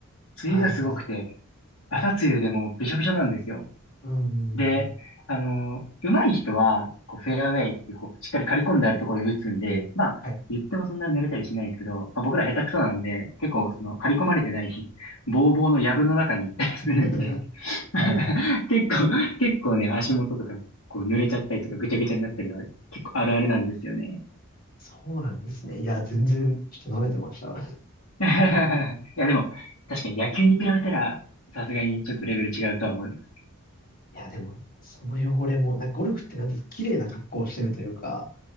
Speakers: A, on the left; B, on the left.
A: 梅雨がすごくて、
B: ああ、
A: 朝梅雨でもうびしょびしょなんですよ。
B: はい。うんうんうんうん。
A: で、あの、上手い人は、こう、フェアウェイっていう、こう、しっかり刈り込んであるところに打つんで、まあ、
B: はい。
A: 言ってもそんな濡れたりしないんですけど、まあ、僕ら下手くそなんで、結構、その、刈り込まれてない、<laughs> ぼうぼうの藪の中に行ったりするんで、
B: <laughs> はいはい。
A: <laughs> 結構、結構ね、足元とか、こう濡れちゃったりとか、ぐちゃぐちゃになったりは、結構あるあるなんですよね。
B: そうなんですね。いや、全然、ちょっと舐めてました。
A: <laughs> いや、でも、確かに野球に比べたら、さすがにちょっとレベル違うとは思います。
B: <laughs> いや、でも、その汚れも、なんかゴルフってなんていうんですか、綺麗な格好をしてるというか、